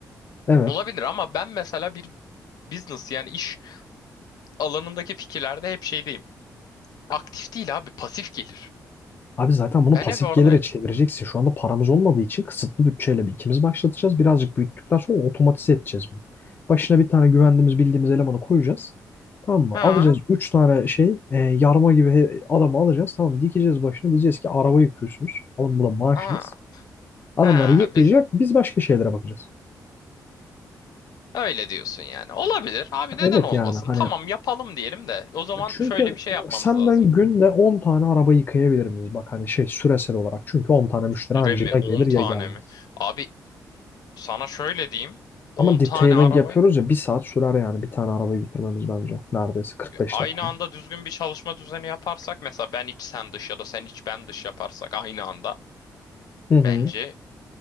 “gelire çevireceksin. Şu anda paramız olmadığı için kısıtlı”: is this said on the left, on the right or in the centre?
Left